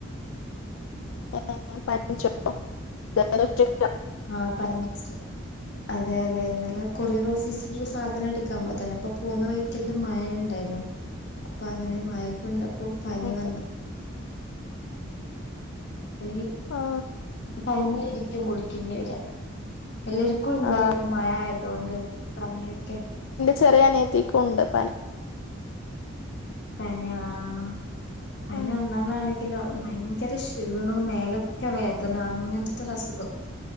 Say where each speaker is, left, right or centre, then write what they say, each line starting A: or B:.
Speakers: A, on the left (about 80°); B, on the left (about 55°).
A: <unintelligible>
B: ആഹ് പനിച്ച് അതെ അതെ ഇന്നലെ കൊറിയർ ഓഫീസിലൊരു സാധന എടുക്കാ പോയതേനു അപ്പൊ പോന്ന വഴി ത്തില് മഴയിണ്ടായിനു അപ്പൊ അങ്ങനെ മഴ കൊണ്ടപ്പോ പനി
A: ഏ,
B: വന്ന് പനി
A: ആ
B: കഞ്ഞിയേരി ഇക്കും കുടിക്കേണ്ടി വരാ എല്ലാർക്കുണ്ടല്ലോപ്പൊ
A: ആ
B: മഴ ആയതോണ്ട് പനിയൊക്കെ
A: ചെറിയനിയത്തിക്കുണ്ട് പനി
B: പനിയോ ആഹ് പനി
A: ആ,
B: വന്നാലാണെങ്കിലോ ഭയങ്കര ക്ഷീണോം മേലൊക്കെ വേദന അങ്ങൻത്തൊരസുഖം